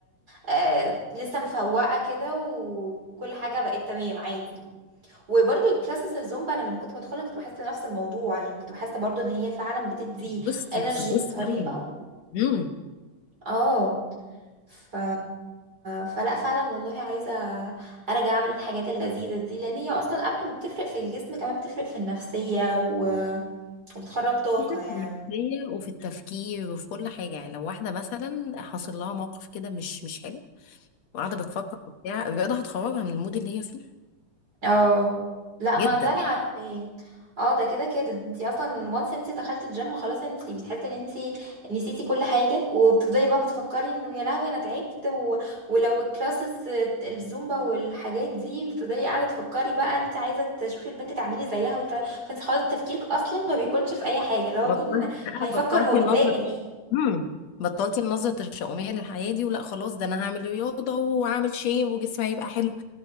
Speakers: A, on the right; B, on the left.
A: آه لسه مفوقه كده و- وكل حاجه بقت تمام عادي وبرده الكلاسس الزومبا انا لما كنت بدخلها كنت بحس نفس الموضوع يعني كنت بحس برضو ان هي فعلا بتدي
B: بصي
A: انرجي
B: بصي
A: بس بطريقه
B: قوي امم
A: اه ف... فلا فعلا والله عايزه ارجع اعمل الحاجات اللذيذه دي لان هي اصلا قبل ما بتفرق في الجسم كمان بتفرق في النفسيه و... وبتخرج طاقه
B: بصي في
A: يعني
B: النفسيه وفي التفكير وفي كل حاجه يعني لو واحده مثلا حصل لها موقف كده مش مش حلو وقاعده بتفكر وبتاع الرياضه هتخرجها من المود اللي هي فيه
A: اه لا ما
B: جدا
A: ده انا عارفاه اه ده كده كده انتي اصلا وانس ان انتي دخلتي الجيم خلاص انتي بتحسي ان انتي نسيتي كل حاجه وبتفضلي بقى بتفكري انه يا لهوي انا تعبت و... ولو الكلاسز الزومبا والحاجات دي بتفضلي قاعده تفكري بقى ان انتي عايزه تشوفي البنت تعملي زيها والكلام فانتي خلاص تفكيرك اصلا ما بيكونش في اي حاجه لو
B: بطلت
A: مين
B: بقى
A: هيفكر
B: بطلتي
A: هو متضايق
B: النظر
A: من ايه
B: امم بطلتي النظرة التشاؤمية للحياة دي ولا خلاص ده انا هعمل رياضة وهعمل شيب وجسمي هيبقى حلو